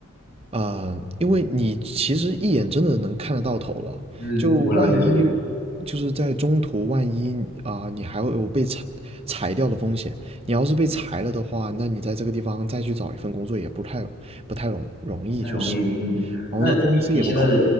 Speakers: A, on the right (about 25°); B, on the left (about 45°).
A: 呃，因为你其实一眼真的能看得到头了，
B: 嗯，
A: 就万嗯一就是在中途，
B: 我了解这个。
A: 万一啊、你还会有被裁裁掉的风险。你要是被裁了的话，那你在这个地方再去找一份工作也不太不太容容易，
B: 太容易，
A: 就是，
B: 嗯。
A: 然后呢，
B: 那你现在的，
A: 工资也不高，